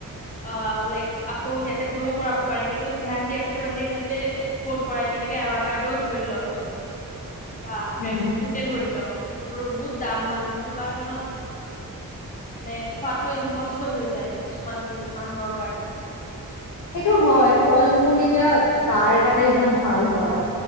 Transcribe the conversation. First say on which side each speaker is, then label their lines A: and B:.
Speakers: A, on the left (about 25°); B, on the left (about 60°).
A: অ লাইক আকৌ ইয়াতে গ্ৰ' কৰাব পাৰে, সেইটোত ধ্যান দিয়াতছে বাহিৰে সিহঁতে এক্সপৰ্ট কৰাই যেনেকে এভাৰ কাৰ্ডও ধৰি ল ত বা
B: উম
A: ড্ৰেগন ফ্ৰুটে ধৰি ল এইবোৰৰ বহুত দাম হয়, যোনটো কাৰণত মানে খোৱাটো ইমপচিবল হৈ যায়, কিছুমান মানুহৰ কাৰণে
B: সেইটো হয়, ফল মূল এতিয়া গাৰ কাৰনে ইমান ভাল হয়।